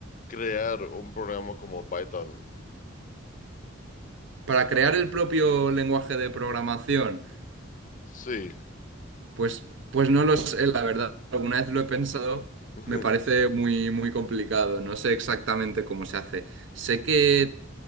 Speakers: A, on the left; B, on the right.
A: crear un programa como Python?
B: Para crear el propio lenguaje de programación.
A: Sí.
B: Pues, pues no lo sé, la verdad. Alguna vez lo he pensado,
A: <laughs>
B: me parece muy, muy complicado. No sé exactamente cómo se hace. Sé que